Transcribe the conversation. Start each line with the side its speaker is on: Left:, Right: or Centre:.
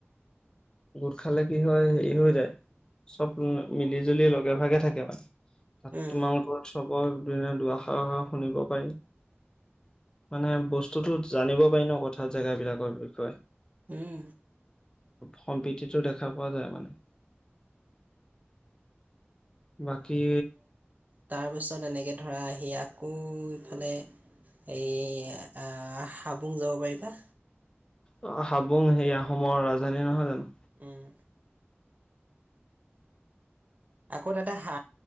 Left: গোট খালে কি হয় হেৰি হৈ যায় চব মিলি- জুলি লগে ভাগে থাকে মানে। তাত
Right: উম
Left: তোমালোকৰ উৎসৱৰ দিনা দুৱাষাৰ শুনিব পাৰি মানে বস্তুতো জানিব পাৰি ন কথা জেগাবিলাকৰ বিষয়ে।
Right: উম
Left: সম ম্প্ৰীতিতো দেখা পোৱা যায় মানে। বাকী
Right: তাৰপিছত এনেকে ধৰা আহি আকৌ ইফালে এই হাবুং যাব পাৰিবা।
Left: অ হাবুং হে আহোমৰ ৰাজধানী নহয় জানো।
Right: উম আকৌ তাতে হা